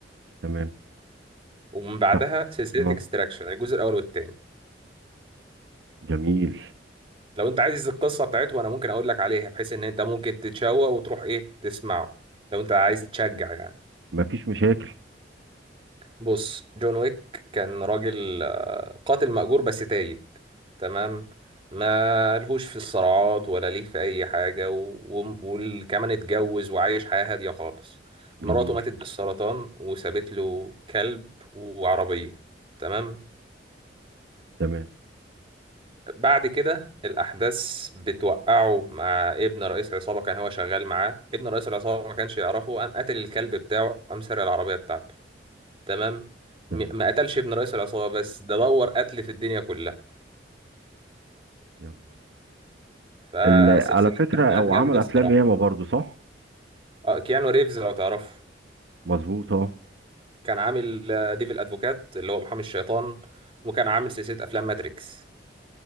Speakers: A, on the right (about 80°); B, on the right (about 30°).
A: تمام
B: ومن بعدها
A: طب
B: سلسلة
A: اه
B: اكستراكشن الجزء الأول والتاني
A: جميل
B: لو انت عايز القصه بتاعته انا ممكن اقول لك عليها بحيث ان انت ممكن تتشوق وتروح ايه تسمعه لو انت عايز تشجع يعني
A: مفيش مشاكل
B: بص جون ويك كان راجل آه، قاتل مأجور بس تايب تمام ما لهوش في الصراعات ولا ليه في اي حاجه و- و- وكمان اتجوز وعايش حياه هاديه خالص مراته
A: جميل
B: ماتت بالسرطان وسابت له كلب وعربيه تمام
A: تمام
B: بعد كده الأحداث بتوقعه مع ابن رئيس عصابة كان هو شغال معاه ابن رئيس العصابة ما كانش يعرفه قام قتل الكلب بتاعه قام سرق العربية بتاعته تمام
A: تمام
B: م- ما قتلش ابن رئيس العصابة بس ده دور قتل في الدنيا كلها
A: يلا
B: فسلسلة
A: ال- على فكرة
B: أفلام
A: هو
B: جامدة
A: عمل أفلام
B: الصراحة
A: ياما برضو صح؟
B: اه كيانو ريفز لو تعرفه
A: مظبوطة
B: كان عامل آه، ديفل أدفوكات اللي هو محامي الشيطان وكان عامل سلسلة أفلام ماتريكس